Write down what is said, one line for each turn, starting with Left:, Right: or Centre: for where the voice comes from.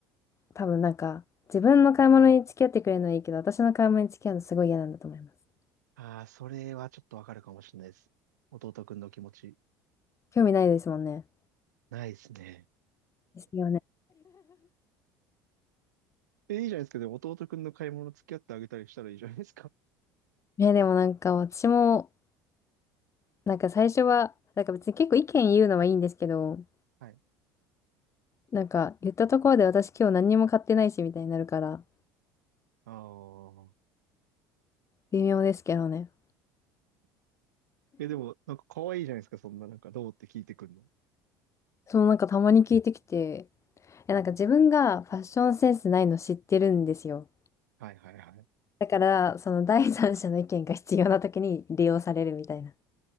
Left: ー、多分なんか、自分の買い物に付き合ってくれるのはいいけど、私の買い物に付き合うのすごい嫌なんだと思います。
Right: ああ、それはちょっとわかるかもしれないです。弟くんの気持ち。
Left: 興味ないですもんね。
Right: ないですね。
Left: ですよね。
Right: え、いいじゃないですか。でも弟くんの買い物付き合ってあげたりしたらいいじゃないですか。
Left: ね、でもなんか私も、なんか最初は、なんか別に結構意見言うのはいいんですけど、
Right: はい。
Left: なんか言ったところで私今日何にも買ってないしみたいになるから、
Right: ああ。
Left: 微妙ですけどね。
Right: え、でも、なんか可愛いじゃないですか。そんな、なんか、どうって聞いてくるの。
Left: そう、なんかたまに聞いてきて、え、なんか自分がファッションセンスないの知ってるんですよ。
Right: はいはいはい。
Left: だから、その第三者の意見が必要な時に利用されるみたいな。